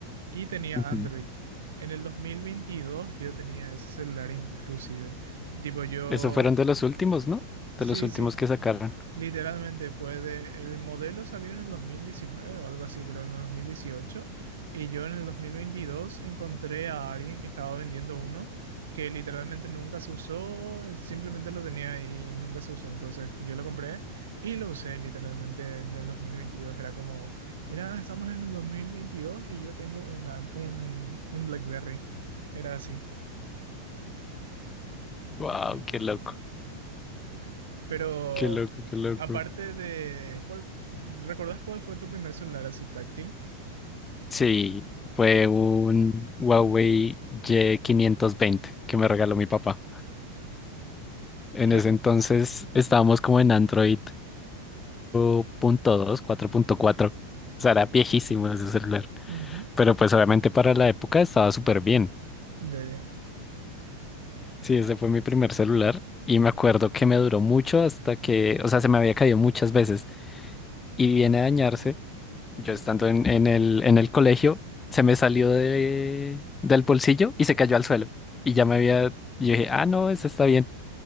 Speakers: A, on the right (about 60°); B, on the left (about 15°).
A: y tenía
B: Ujú.
A: Android. En el 2022 yo tenía ese celular inclusive. Tipo yo...
B: Esos fueron de los últimos, ¿no? De
A: Sí,
B: los últimos
A: sí,
B: que sacaron.
A: literalmente fue de... El modelo salió en el 2019 o algo así, creo, en el 2018. Y yo en el 2022 encontré a alguien que estaba vendiendo uno que literalmente nunca se usó, eh, simplemente lo tenía ahí y nunca se usó. Entonces yo lo compré y lo usé literalmente en el 2022. Era como, mira, estamos en el 2022 y yo tengo un, an- un, un BlackBerry. Era así.
B: Wow, qué loco,
A: Pero
B: qué loco, qué loco.
A: aparte de ¿cuál, ¿recordás cuál fue tu primer celular así táctil?
B: Sí, fue un Huawei Y520 que me regaló mi papá. En
A: Que
B: ese entonces estábamos como en Android 4.2, cuatro punto cuatro. O sea, era viejísimo ese celular.
A: ujú,
B: Pero pues obviamente para la época estaba súper bien.
A: ya ya.
B: Sí, ese fue mi primer celular y me acuerdo que me duró mucho hasta que, o sea, se me había caído muchas veces y viene a dañarse. Yo estando en, en el, en el colegio, se me salió de, del bolsillo y se cayó al suelo. Y ya me había, yo dije, ah, no, ese está bien.